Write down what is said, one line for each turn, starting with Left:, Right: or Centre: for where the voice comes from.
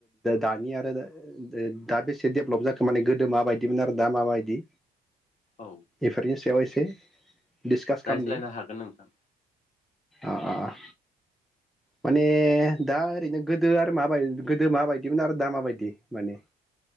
Centre: दानि आरो दा बेसे डेभेलप जाखो माने गोदो माबायदिमोन आरो दा माबायदि
Left: औ
Centre: एफोरनि सायाव <unintelligible> डिसकास खालामनि
Left: रायज्लायनो हागोन नोंथां
Centre: आ आ आ माने दा ओरैनो गोदो आरो माबाय गोदो माबायदिमोन आरो दा माबायदि माने